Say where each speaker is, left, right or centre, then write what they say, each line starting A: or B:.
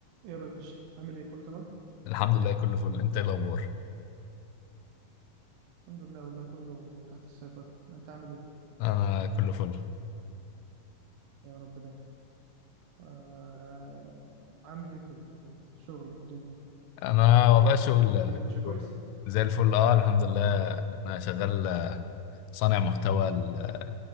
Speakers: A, on the right (about 70°); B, on the left (about 80°).
A: إيه يا باشا عامل ايه كله تمام
B: الحمد لله كله فل انت ايه الاخبار
A: الحمد لله والله كله تحت السيطرة انت عامل ايه
B: انا كله فل
A: يا رب دايما آه عامل ايه في في- في الشغل والدنيا
B: انا والله شغل
A: الدنيا ماشية كويس
B: كله زي الفل اه الحمد لله انا شغال آه، صانع محتوى ل-